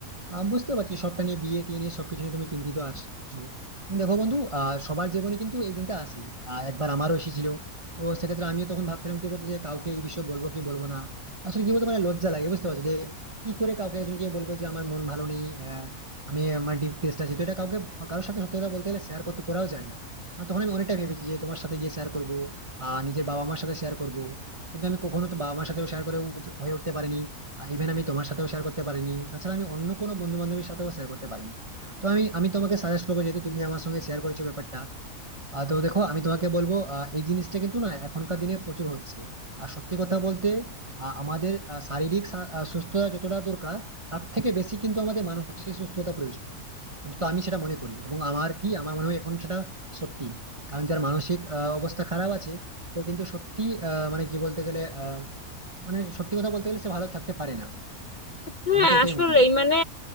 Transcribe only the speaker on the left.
হ্যাঁ
আসলেই
মানে